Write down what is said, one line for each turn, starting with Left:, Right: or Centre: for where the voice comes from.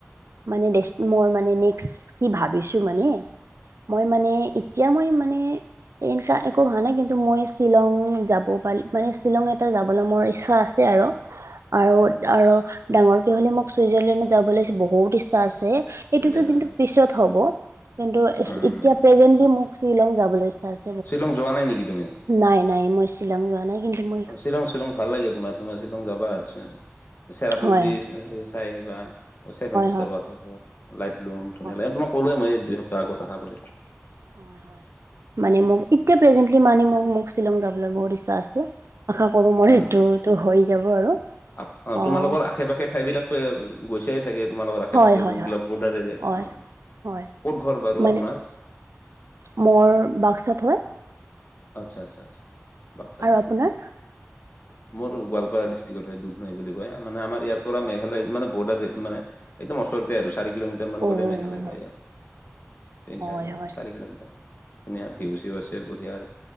Right: মানে দেছ মোৰ মানে নেক্স কি ভাবিছো মানে। মই মানে এতিয়া মই মানে এনকা একো ভবা নাই, কিন্তু মই শ্বিলং যাব পাৰি মানে শ্বিলং এটা যাবলে মোৰ ইচ্ছা আছে আৰু। আৰু-আৰু
Left: অ
Right: ডাঙৰ কি হলে মোক চুইজাৰলেণ্ডত যাব লাগিছিল বহুত ইচ্ছা আছে
Left: অ' চুইজাৰলেণ্ড
Right: এইটোতো কিন্তু
Left: অ'।
Right: পিছত হ'ব, কিন্তু
Left: উম
Right: এতিয়া প্ৰেজেণ্টলি মোক শ্বিলং যাবলৈ ইচ্ছা আছে।
Left: শ্বিলং যোৱা নাই নেকি তুমি?
Right: নাই-নাই মই শ্বিলং যোৱা নাই কিন্তু মই
Left: শ্বিলং-শ্বিলং। ভাল লাগে, তোমাৰ তোমাৰ শ্বিলং যাবা চেৰাপুঞ্জী
Right: হয় হয়
Left: চাই আহিবা। ছেভেন ষ্টাৰ
Right: হয়
Left: ৱাটাৰফল লাইট লম ধুনীয়া
Right: হয়
Left: লাগে তোমাক ক'লোৱে মই এই দুই, সপ্তাহ আগত আহা বুলি।
Right: হয়-হয় মানে মোক
Left: উম
Right: এতিয়া প্ৰেজেন্টলি মানে মোক মোক শ্বিলং যাবলৈ বহুত ইচ্ছা আছে। আশা কৰো মোৰ
Left: উম
Right: সেইটোতো হৈ যাব আৰু।
Left: অ, তোমালোকৰ
Right: অঁ
Left: আশে-পাশে ঠাই বিলাক গৈছাই চাগে। তোমালোকৰ আশে
Right: হয়
Left: পাশে
Right: হয়
Left: যোনবিলাক
Right: হয়
Left: বৰ্ডাৰ এৰিয়া আছে
Right: হয়
Left: অ,
Right: হয়
Left: ক'ত ঘৰ বাৰু
Right: মানে
Left: আপোনাৰ?
Right: মোৰ বাক্সাত হয়।
Left: আচ্ছা-আচ্ছা-আচ্ছা বাক্সা
Right: আৰু
Left: ডিষ্ট্ৰিক্ট
Right: আপোনাৰ
Left: অ,
Right: <inaudible>
Left: মোৰ গোৱালপাৰা ডিষ্ট্ৰিকত হয়, দুধনৈ বুলি কয়, মানে আমাৰ ইয়াৰ পৰা মেঘালয় মে বৰ্ডাৰ মানে একদম ওচৰতে আৰু চাৰি কিলোমিটাৰ মান
Right: অঁ
Left: গ'লেই মেঘালয় পায় আৰ। তিনি,
Right: হয়
Left: চাৰি ক
Right: হয়
Left: চাৰি কিলোমিটা ধুনীয়া ভীউ
Right: অঁ
Left: চিউ আছে বহীয়া আৰু।